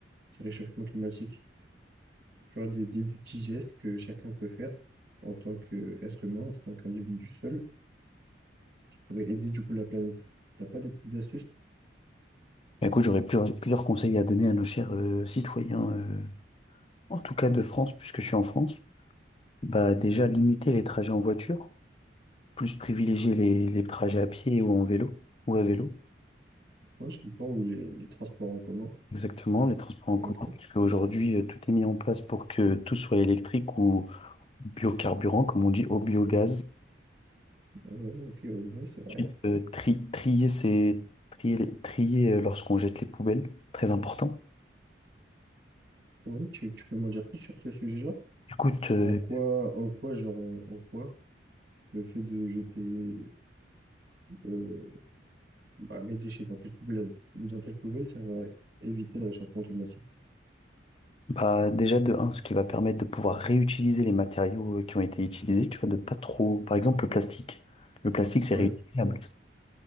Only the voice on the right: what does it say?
ce réchauffement climatique? Tu vois, des, des- des petits gestes que chacun peut faire en tant qu'être humain, en tant qu'individu seul, qui pourraient aider du coup la planète. T'as pas des petites astuces?
Moi, je comprends, ou les, les transports en commun.
Ok,
ouais, ok, ouais, ouais, c'est vrai.
Ouais, tu, tu peux m'en dire plus sur ce sujet-là?
En quoi, en quoi, genre, euh, en quoi le fait de jeter euh, Bah, mes déchets dans telle poubelle, ou dans telle poubelle, ça va éviter le réchauffement climatique.
Oui,